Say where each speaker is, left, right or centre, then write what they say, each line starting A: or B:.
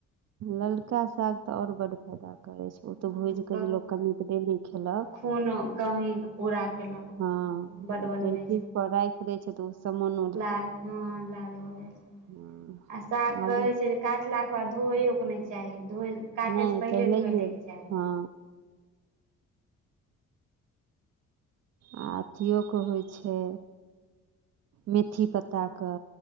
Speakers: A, on the right; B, on the right.
A: ललका साग तऽ आओर बड्ड फायदा करैत
B: चीज
A: छै ओ तऽ भूज के जे लोक जे कनिक डेली खेलक
B: खूनो कमीके पूरा कलक खूब
A: हँ
B: बड्ड बनबै
A: जे चीज
B: छै
A: राखि दै छै तऽ ओ समान
B: लाल हँ लाल भऽ जाइ छै
A: हँ
B: आ साग
A: आलू
B: कहै छै काटलाके बाद धोइयोकके नहि चाही धो काटैसँ
A: नहि
B: पहिले
A: पहिलैये
B: धोइ लैके चाही
A: हँ आ अथियोके होइ छै मेथी पत्ताके